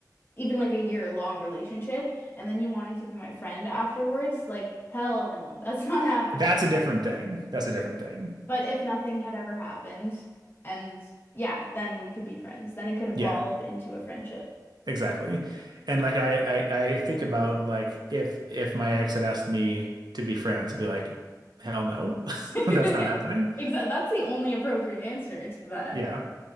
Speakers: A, on the left; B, on the right.
A: even like a year long relationship, and then you wanted to be my friend afterwards, like hell no, that's <laughs> not
B: <laughs>
A: happening.
B: that's a different thing. That's a different thing.
A: But if nothing had ever happened, and yeah, then we could be friends. Then it could evolve
B: Yeah,
A: into a friendship.
B: exactly. And like I, I, I think about like if if my ex had asked me to be friends, I'd be like, hell no,
A: <laughs>
B: <laughs> that's not happening.
A: Exactly. That's the only appropriate answer to that.
B: Yeah.